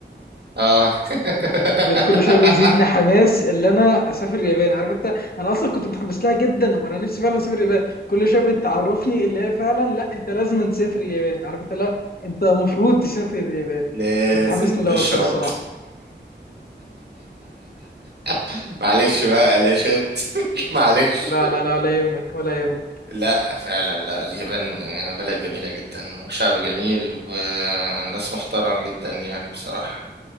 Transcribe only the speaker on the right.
اه <laughs>
لازم
تشرب
<laughs> معلش بقى قلاشات <laughs> معلش
لا فعلا لا اليابان بلد جميلة جدا وشعب جميل وناس محترمة جدا يعني بصراحة